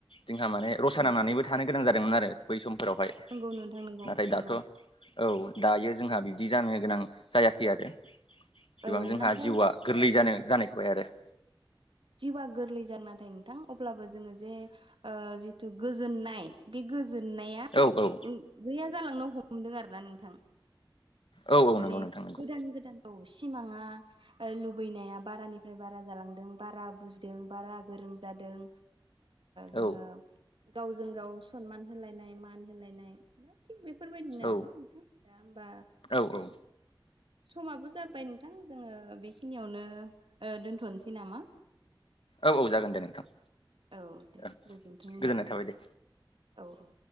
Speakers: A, on the left (about 80°); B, on the right (about 75°).
A: जोंहा माने रसा
B: औ
A: नामनानैबो थां थानो गोनां जादोंमोन आरो बै समफोरावहाय
B: नंगौ नोंथां नंगौ
A: नाथाय
B: नंगौ
A: दाथ' औ दायो जोंहा
B: औ
A: बिबदि जानो गोनां जायाखै आरो गोबां
B: औ
A: जोंहा
B: नाथाय
A: जिउआ गोरलै
B: ओ
A: जानो जानायखोबबाय आरो
B: जबा गोरलै ज जादों नाथाय नोंथां अब्लाबो जोङो जे जिथु गोजोननाय बे गोजोननाया
A: औ औ
B: गैया जालांनो हमदों आरो ना नोंथां
A: औ औ
B: माने
A: नंगौ नोंथां नंगौ
B: गोदान गोदान औ सिमाङा लुबैनाया बारानिफ्राय बारा जालांदों बारा बुजिदों बारा गोरों जादों जोङो
A: औ
B: गावजों गाव सनमान होलायनाय मान होलायनाय थिग बेफोरबायदिनो
A: औ
B: आरोना नोंथां दा होमबा
A: औ
B: समाबो जाबाय नोंथां जोङो बेखिनियावनो दोनथ'नोसै नामा
A: औ औ जागोन दे नोंथां
B: औ दे
A: ओं
B: गोजोनथों होनबा
A: गोजोननाय
B: नोंथां
A: थाबाय दे
B: औ औ